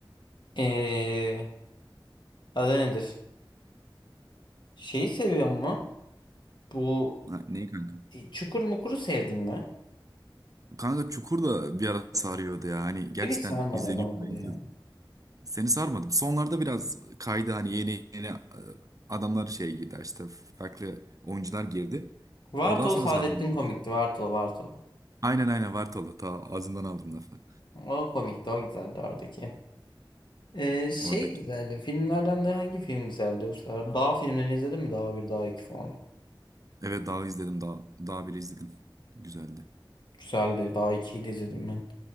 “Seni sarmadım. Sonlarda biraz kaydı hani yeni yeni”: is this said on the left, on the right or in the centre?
Right